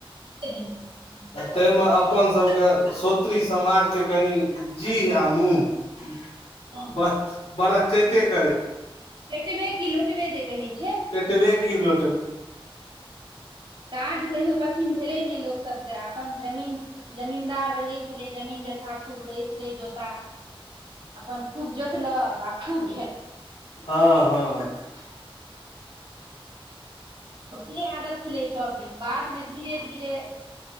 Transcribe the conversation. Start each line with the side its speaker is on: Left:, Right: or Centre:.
Right: देने छथिन
Left: तइमे अपन सबके सो स्त्री समाज के कनि जीह आ मुह
Right: हँ
Left: बह बड़ा कइते करै
Right: पेटबे कि लोटबे जे कहै छै
Left: पेटबे कि लो
Right: काज कहियो पसिन भेलै नइ लोकसभके तऽ अपन जमीन जमीनदार रहै छलै जमीन जथा खूब रहै छलै जोता अपन खूब जोतलक आ खूब
Left: हँ हँ
Right: <unintelligible> तऽ के आदत छलै सभदिन बादमे धीरे धीरे